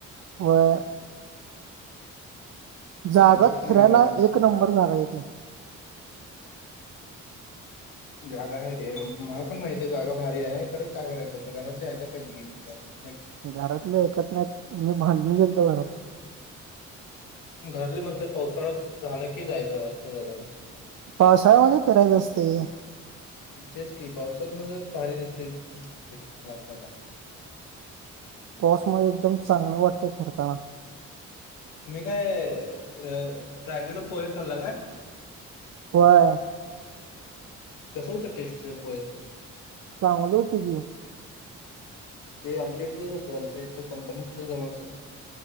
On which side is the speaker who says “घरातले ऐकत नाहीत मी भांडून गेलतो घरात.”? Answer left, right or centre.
Right